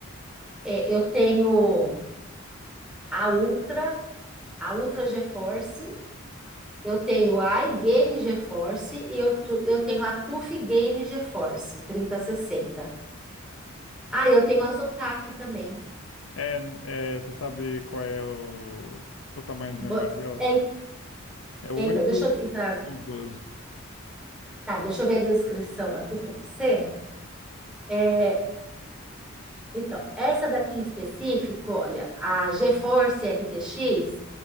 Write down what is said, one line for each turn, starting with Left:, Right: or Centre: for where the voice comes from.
Centre: é, eu tenho a Ultra, a Ultra GeForce, eu tenho a iGame GeForce e eu, tu- eu tenho a TUF Game GeForce trinta sessenta. Ah, eu tenho as otaku também.
Left: É, é, você sabe qual é o... o tamanho da memória
Centre: Bo-
Left: delas?
Centre: é-
Left: É 8
Centre: é, então, deixa eu entrar.
Left: ou 12?
Centre: Tá, deixa eu ver a descrição aqui para você. É, então, essa daqui em específico, olha, a GeForce RTX,